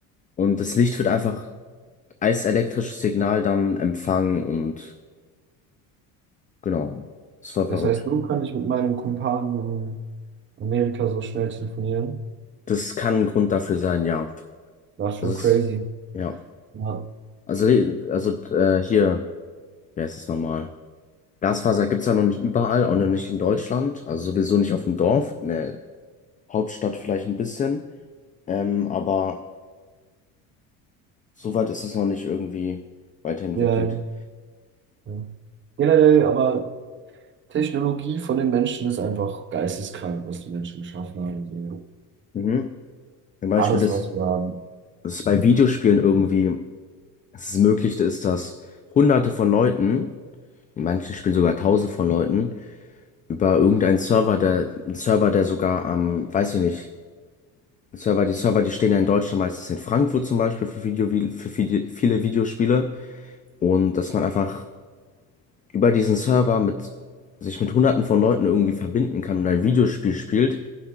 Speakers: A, on the left; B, on the right.
A: und das Licht wird einfach als elektrisches Signal dann empfangen und genau, das ist voll
B: Das
A: verrückt.
B: heißt, so kann ich mit meinem Kumpan in Amerika so schnell telefonieren.
A: Das kann ein Grund dafür sein, ja.
B: War schon
A: Das ist,
B: crazy.
A: ja.
B: Ja,
A: Also, also äh, hier. Ja, es ist normal. Glasfaser gibt es ja noch nicht überall, auch noch nicht in Deutschland. Also sowieso nicht auf dem Dorf. In der Hauptstadt vielleicht ein bisschen. Ähm, aber soweit ist es noch nicht irgendwie weiterentwickelt.
B: ja, ja. Ja. Generell, aber Technologie von den Menschen ist einfach geisteskrank, was die Menschen geschaffen haben. So.
A: Mhm. Zum Beispiel,
B: Alles,
A: dass
B: was wir haben.
A: dass es bei Videospielen irgendwie dass es möglich ist, dass Hunderte von Leuten, in manchen Spielen sogar Tausende von Leuten, über irgendeinen Server, der, einen Server, der sogar am, weiß ich nicht, Server, die Server, die stehen ja in Deutschland meistens in Frankfurt zum Beispiel für Video, für viele, viele Videospiele. Und dass man einfach über diesen Server mit sich mit hunderten von Leuten irgendwie verbinden kann und ein Videospiel spielt